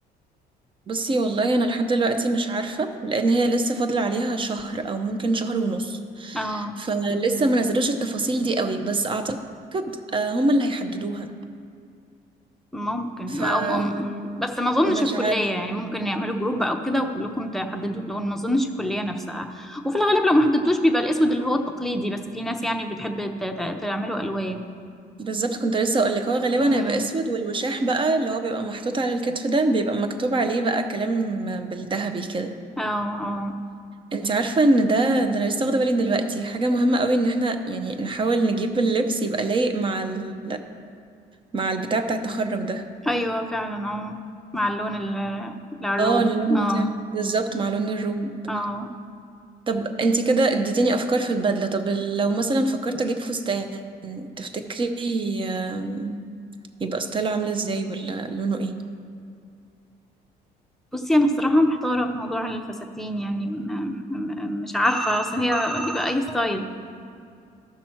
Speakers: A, on the right (about 30°); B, in the centre.
A: بصي والله انا لحد دلوقتي مش عارفه لان هي لسه فاضل عليها شهر او ممكن شهر ونص
B: اه
A: فلسه ما نزلوش التفاصيل دي قوي بس اعتقد آه، هم اللي هيحددوها
B: ممكن
A: فمش
B: أو م... بس ما اظنش الكلية
A: عارفه
B: يعني ممكن يعملوا جروب او كده وكلكم تحددوا اللون ما اظنش الكلية نفسها وفي الغالب لو ما حددتوش بيبقى الاسود اللي هو التقليدي بس في ناس يعني بتحب ت- ت- تعملوا ألوان
A: بالظبط كنت لسه اقول لك هو غالبا
B: امم
A: هيبقى اسود والوشاح بقى اللي هو بيبقى محطوط على الكتف ده بيبقى مكتوب عليه بقى كلام بالذهبي كده
B: اه آه.
A: انت عارفه ان ده ده انا لسه واخده بالي دلوقتي حاجه مهمه قوي ان احنا يعني نحاول نجيب اللبس يبقى لايق مع ال... مع البتاع بتاع التخرج ده
B: ايوه فعلا اه مع اللون ال- العروب
A: اه اللون
B: اه
A: بتاعه بالظبط مع لون الروب
B: اه
A: طب انتي كده اديتيني افكار في البدله طب لو مثلا فكرت اجيب فستان تفتكري آم، يبقى ستايله عامل ازاي ولا لونه ايه
B: بصي انا الصراحه محتاره في موضوع الفساتين يعني م- م- مش عارفه اصل هي بيبقى اي ستايل